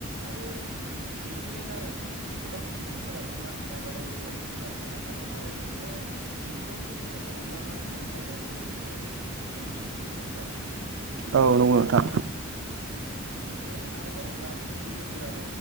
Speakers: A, on the right; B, on the right.
A: आरो देंखोनि दारै गोबां सुबुंफोराबो मा गावबागाव जिउआव थां थांना थानो हादों आरो देंखोखौ बुंनो थांङोबा जब्ला मा मेथाइ जायखौ होनो जोंङो गोदै देंखो मेथाइ
B: औ
A: बेनि
B: नंगौ
A: दारै
B: नोंथां
A: मा मोनसे आरोबाव ग्रासिन गोहो गोरा